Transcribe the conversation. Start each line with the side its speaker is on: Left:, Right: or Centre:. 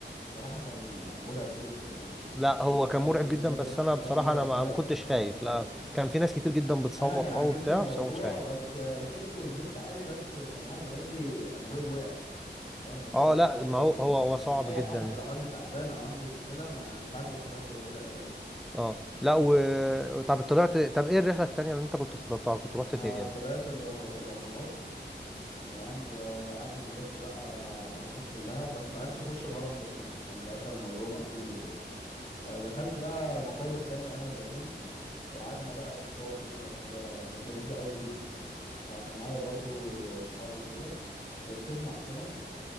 Left: صراحة كان مرعب جدا يعني
Centre: لا هو
Left: كلنا
Centre: كان مرعب
Left: انا ركبناه
Centre: جدا
Left: بس
Centre: بس انا
Left: لا
Centre: بصراحة
Left: مرعب
Centre: انا
Left: مرعب
Centre: ما ما كنتش
Left: بطريقة
Centre: خايف
Left: وحشة
Centre: لا
Left: قوي
Centre: كان في ناس كتير جدا بتصوت
Left: انا كان عاجبني
Centre: اه وبتاع
Left: الموضوع
Centre: بس انا ما كنتش خايف
Left: بس ركبت ونزلت عادي بس كان معايا زمايلي قلبهم وقع اللي هو الموضوع
Centre: اه
Left: صعب
Centre: لا
Left: برضه
Centre: ما هو هو
Left: مش
Centre: هو
Left: مش
Centre: صعب
Left: اي
Centre: جدا
Left: حد لو حد تعبان او عنده مشكلة ما ينفعش يركب حاجة زي كده اساسا
Centre: اه لا و طب طلعت طب ايه الرحلة التانية اللي انت كنت طلعتها كنت رحت
Left: انا
Centre: فين؟
Left: طلعت الأهر- الاهرامات تمام وقعدنا نلف بقى على الاهرامات كلها بس ما عرفتش اخش الهرم ذات نفسه كان ساعتها الموضوع مقفول وكده فدخلت بقى مقابر تانية انا وزمايلي وقعدنا بقى نتصور فيها وكده كانت لذيذة قوي جدا يعني كان معايا برضو صحابي وكده وركبنا حصانة